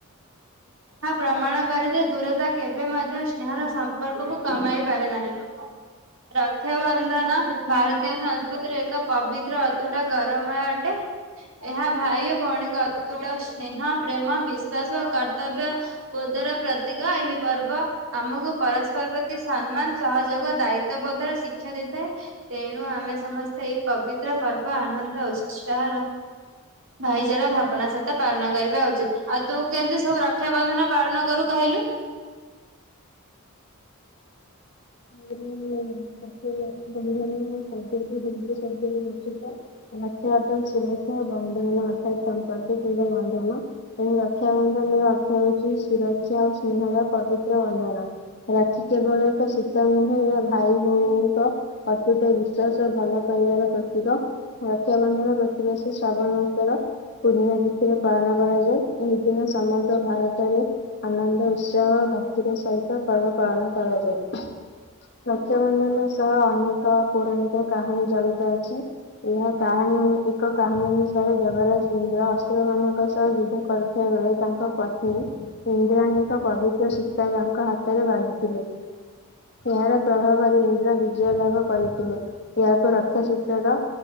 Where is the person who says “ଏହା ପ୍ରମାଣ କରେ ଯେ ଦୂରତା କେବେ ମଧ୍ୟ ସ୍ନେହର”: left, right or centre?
Right